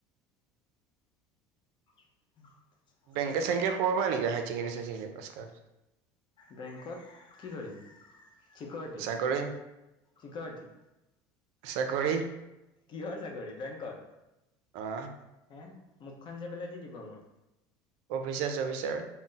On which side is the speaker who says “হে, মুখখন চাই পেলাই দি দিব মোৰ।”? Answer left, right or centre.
Left